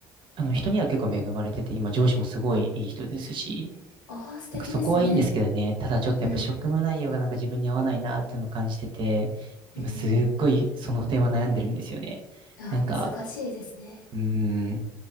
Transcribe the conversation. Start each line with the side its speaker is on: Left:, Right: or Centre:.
Right: あの、人には結構恵まれてて、今、上司もすごいいい人ですし、
Left: ああ、素敵ですね。
Right: なんかそこはいいんですけどね。ただちょっとやっぱ職務内容がなんか自分に合わないなっていうのを感じてて、
Left: うん。うん。
Right: 今すっごいその点は悩んでるんですよね。
Left: ああ、
Right: なんか、
Left: 難しいですね。
Right: うーん、